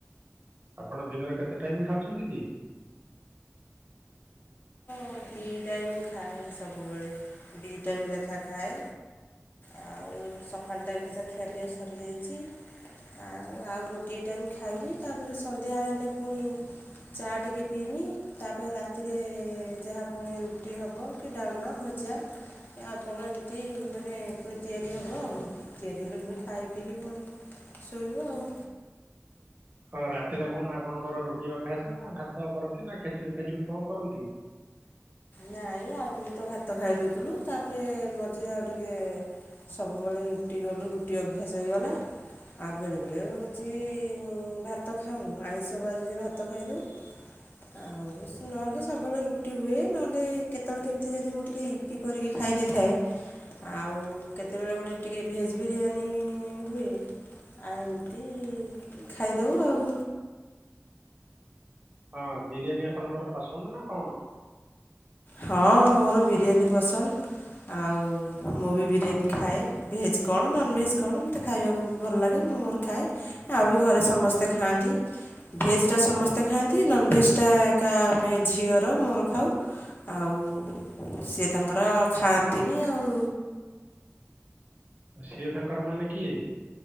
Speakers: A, on the right; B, on the left.
A: ଆପଣ ଦିନରେ କେତେ ଟାଇମି ଖାଉଛନ୍ତି କି?
B: ଦି ଟାଇମ୍ ଖାଏ ସବୁବେଳେ ଦି ଟାଇମ୍ ଲେଖା ଖାଏ ଆଉ ସକାଳ ଟାଇମିରେ ତ ଖିଆପିଆ ସରିଯାଇଚି। ଆଉ ଆଉ ଗୋଟିଏ ଟାଇମି ଖାଇବି ତାପରେ ସନ୍ଧ୍ୟା ହେନେ ପୁଣି ଚା ଟିକିଏ ପିଇମି ତାପରେ ରାତି ରାତିରେ ଯାହା ପୁଣି ରୁଟି ହେବ କି ଡାଲମା ଭଜା ଆଉ କଣ ଏମିତି ମାନେ ପୁଣି ତିଆରି ହେବ ଆଉ ତିଆରି ହେଲେ ପୁଣି ଖାଇ ପିକି ପୁଣି ଶୋଇବୁ ଆଉ।
A: ହଁ ରାତିରେ କଣ ଆପଣଙ୍କର ରୁଟି ଅଭ୍ୟାସ ନା ଭାତ କରନ୍ତି ନା ଖେଚୁଡି ଫେଚୁଡି କଣ କରନ୍ତି? ଆଜ୍ା <unintelligible>
B: ନାଇଁ ଆଗରୁ ତ ଭାତ ଖାଇଦଉଥିଲୁ ତା ପରେ ମଝିରେ ଆଉ ଟିକେ ସବୁବେଳେ ରୁଟି କଲୁ ରୁଟି ଅଭ୍ୟାସ ହେଇଗଲା ଆଉ ବେଳେ ବେଳେ ହେଉଛି ଭାତ ଖାଉ ଆଇଁଷ ବାରିରେ ଭାତ ଖାଇଦଉ ଆଉ ନହେଲେ ସବୁବେଳେ ରୁଟି ହୁଏ ନହେଲେ କେତେବେଳେ କେମିତି ଯଦି ମୁଁ ଟିକେ ଇପି କରିକି ଖାଇ ଦେଇଥାଏ ଆଉ କେତେବେଳେ ଗୋଟେ ଟିକେ ଭେଜ ବିରିୟାନୀ ହୁଏ। ଆଉ ଏମିତି ଖାଇଦଉ ଆଉ
A: ହଁ ବିରିୟାନୀ ଆପଣଙ୍କର ପସନ୍ଦ ନା କଣ?
B: ହଁ ମୋର ବିରିୟାନୀ ପସନ୍ଦ। ଆଉ ମୁଁ ବି ବିରିୟାନୀ ଖାଏ। ଭେଜ୍ କଣ ନନ୍ ଭେଜ୍ କଣ ମୋତେ ଖାଇବାକୁ ବି ଭଲ ଲାଗେ। ମୁଁ ମୋର ଖାଏ ଆଉ ବି ଘରେ ସମସ୍ତେ ଖାଆନ୍ତି। ଭେଜ୍ ଟା ସମସ୍ତେ ଖାଆନ୍ତି ନନ୍ ଭେଜ୍ ଟା ଏକା ଆମେ ଝିଅର ମୋର ଖାଉ ଆଉ ସିଏ ତାଙ୍କର ଖାଆନ୍ତିନି ଆଉ।
A: ସିଏ ତାଙ୍କର ମାନେ କିଏ?